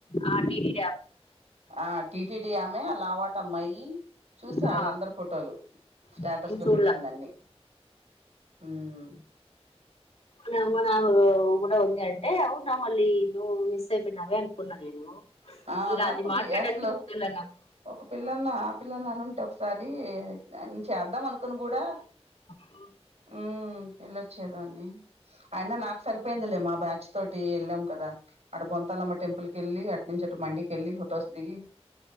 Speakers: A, on the left; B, on the right.
A: ఆ డీడి
B: ఆ టీటిడీ ఆమె అలావాట అమ్మాయి చూసే వాళ్ళ
A: ఆ
B: అందరు ఫోటోలు స్టాటస్
A: నేను
B: లో
A: చూడలా
B: పెట్టిందన్ని ఉమ్
A: మ మన కూడా ఉంది అంటే అవునా మళ్ళీ నువ్వు మిస్ అయిపోయినవే అనుకున్నా నేను
B: ఆ
A: ఇంకా
B: నాకు
A: అది
B: వి-
A: మాట్లాడది
B: అసలు
A: కుదల నాకు
B: ఒక పిల్లన్న ఆ పిల్లన్న అని ఉంటే ఒకసారి చేద్దాం అనుకుని కూడా
A: ఆ
B: ఉ వేళ్ళొచ్చేదాన్ని అయినా నాకు సరిపోయిందిలే మా బ్యాచ్ తోటి వెళ్ళాం కదా అడ బొంతాలమ్మ టెంపుల్ క వెళ్ళి అ నుచి అటు మండికి వెళ్లి ఫొటోస్ దిగి